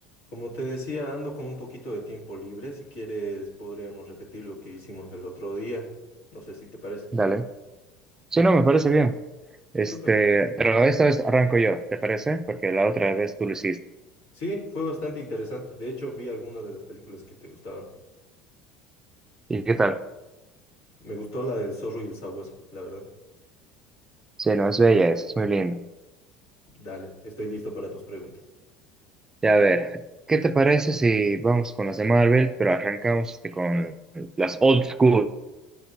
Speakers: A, on the left; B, on the right.
A: Como te decía, ando con un poquito de tiempo libre. Si quieres, podríamos repetir lo que hicimos el otro día. No sé si te parece.
B: Dale. Sí, no, me parece bien. Este,
A: Súper.
B: pero esta vez arranco yo, ¿te parece? Porque la otra vez tú lo hiciste.
A: Sí, fue bastante interesante. De hecho, vi algunas de las películas que te gustaban.
B: ¿Y qué tal?
A: Me gustó la del zorro y el sabueso, la verdad.
B: Sí, no, es bella, es muy linda.
A: Dale, estoy listo para tus preguntas.
B: Ya, a ver, ¿qué te parece si vamos con las de Marvel, pero arrancamos este, con las old school?